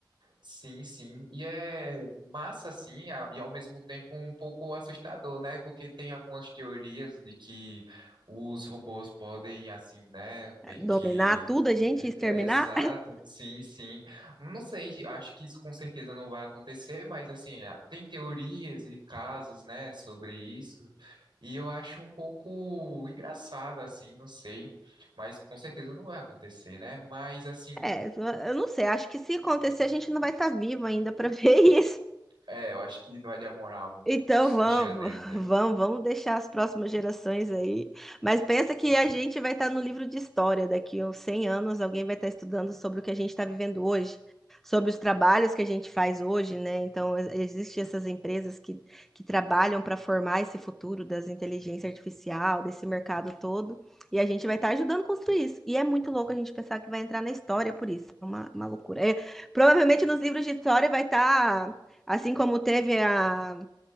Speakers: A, on the right; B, in the centre.
A: Sim, sim. E é massa, assim, a- e ao mesmo tempo um pouco assustador, né? Porque tem algumas teorias de que os robôs podem, assim, né?
B: É,
A: Meio
B: Dominar
A: que.
B: tudo, a gente exterminar.
A: eh, Exato, sim, sim. Não sei, acho que isso com certeza não vai acontecer, mas, assim, a- tem teorias e casos, né, sobre isso. E eu acho um pouco engraçado, assim, não sei. Mas com certeza não vai acontecer, né? Mas, assim.
B: É, eu não sei. Acho que se acontecer, a gente não vai estar vivo ainda para ver <laughs> isso.
A: É, eu acho que vai demorar alguns
B: Então vamos,
A: gêneros
B: <laughs>
A: aí.
B: vamos, vamos deixar as próximas gerações aí. Mas pensa que a gente vai estar no livro de história daqui a uns 100 anos, alguém vai estar estudando sobre o que a gente está vivendo hoje, sobre os trabalhos que a gente faz hoje, né? Então e- existem essas empresas que, que trabalham para formar esse futuro das inteligência artificial, desse mercado todo, e a gente vai estar ajudando a construir isso. E é muito louco a gente pensar que vai entrar na história por isso. É uma, uma loucura. É, provavelmente nos livros de história vai estar Assim como teve a,